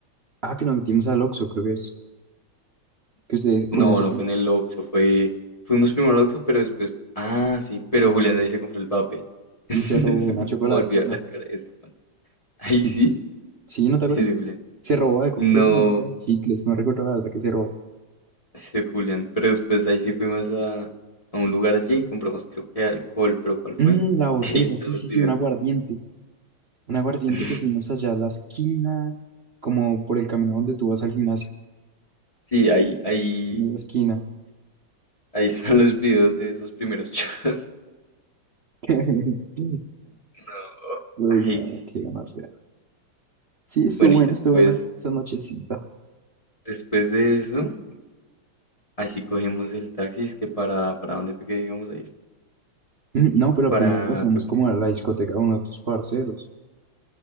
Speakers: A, on the right; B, on the left.
A: Ah, que nos metimos al Oxxo, creo que es. Que ustedes, Julián
B: No,
A: se...
B: no
A: cu-
B: fue en el Oxxo, fue... Fuimos primero al Oxxo, pero después... Ah, sí, pero Julián ahí se compró el vape.
A: y
B: <laughs>
A: se robó una chocolatina.
B: Como olvidar la cara de ese. Ahí
A: <laughs>
B: sí,
A: ¿Sí? ¿No te acuerdas?
B: ese Julián.
A: Se robó algo,
B: No,
A: creo que una caja de chicles, no recuerdo la verdad que se robó.
B: ese Julián. Pero después ahí sí fuimos a, a un lugar allí y compramos creo que alcohol, pero ¿cuál
A: Mm,
B: fue?
A: la botella,
B: <laughs> Ahí están
A: sí,
B: los
A: sí,
B: videos.
A: sí, un aguardiente. Un aguardiente
B: <laughs>
A: que fuimos allá a la esquina, como por el camino donde tú vas al gimnasio,
B: Sí, ahí, ahí,
A: en esa esquina.
B: Ahí están los videos de esos primeros shows. <laughs>
A: <laughs>
B: No.
A: Uy,
B: Ahí
A: no,
B: sí.
A: qué gonorrea. Sí, estuvo
B: Bueno,
A: bueno,
B: y después,
A: estuvo buena esa nochecita.
B: después de eso, ahí sí cogimos el taxi, es que para, para dónde fue que íbamos ayer.
A: Mm, No, pero
B: Para,
A: primero pasamos
B: creo
A: como
B: que...
A: a la discoteca de uno de tus parceros.